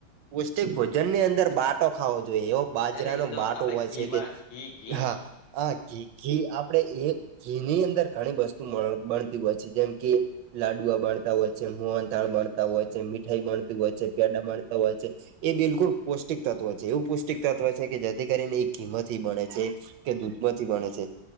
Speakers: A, on the right; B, on the left.
A: પૌષ્ટિક ભોજન ની અંદર બાટો ખાવો જોઈએ એવ. બાજરાનો
B: એટલે એ તો
A: બાટો
B: આપણે
A: હોય
B: ઘીમાં
A: છે કે
B: ઘી ઘી
A: હા. આ ઘી ઘી આપડે એ ઘી ની અંદર ઘણી વસ્તુ બનતી હોય છે જેમ કે. લાડુઆ બાણતા હોય છે મોહનથાળ બાણતા હોય છે મીઠાઈ બાણતું હોય છે પ્યાડા બાણતા હોય છે. એ બિલકુલ પૌષ્ટિક તત્વ છે એવું પૌષ્ટિક તત્વ છે કે જેથી કરીને એ કિંમત બણે છે. કે દૂધ માંથી બણે છે.